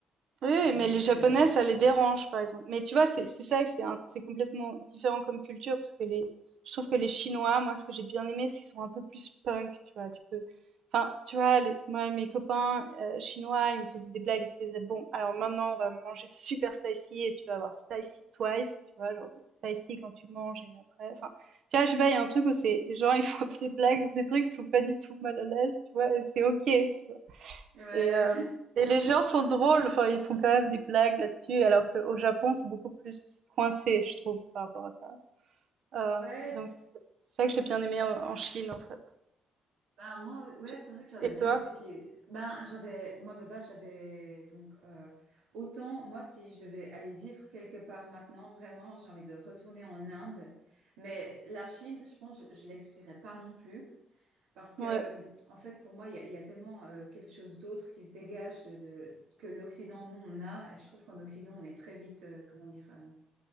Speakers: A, on the right; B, on the right.
A: Oui, oui,
B: Donc,
A: mais les Japonais,
B: euh,
A: ça les dérange, par exemple. Mais tu vois, c'est c'est ça, que c'est un- c'est complètement différent comme culture, parce que les, je trouve que les Chinois, moi, ce que j'ai bien aimé, c'est qu'ils sont un peu plus punk, tu vois. Tu peux, enfin, tu vois, les- moi et mes copains euh, chinois, ils me faisaient des blagues, ils disaient, bon, alors maintenant, on va manger super spicy et tu vas avoir spicy twice, tu vois, genre spicy quand tu manges et après, enfin, tu vois, je sais pas, il y a un truc où c'est, les gens, ils font un peu des blagues sur ces trucs, ils sont pas du tout mal à l'aise, tu vois, et c'est ok, tu vois.
B: ouais,
A: Et, euh, et les gens sont drôles, enfin, ils font quand même des blagues là-dessus, alors qu'au Japon, c'est beaucoup plus coincé, je trouve, par rapport à ça. Euh,
B: ouais,
A: donc,
B: <laughs>
A: c'est ça que j'ai bien aimé en, en Chine, en fait.
B: Ben, moi, ouais,
A: Tu-
B: c'est vrai que j'avais
A: Et
B: bien
A: toi?
B: aimé. Et puis, ben, j'avais, moi de base, j'avais donc euh, autant, moi, si je devais aller vivre quelque part maintenant, vraiment, j'ai envie de retourner en Inde. Mais la Chine, je pense, je, je l'exclurais pas non plus. Parce que,
A: Ouais.
B: en fait, pour moi, il y a, il y a tellement euh, quelque chose d'autre qui se dégage de, de- que l'Occident, nous, on a. Et je trouve qu'en Occident, on est très vite, euh, comment dire, euh,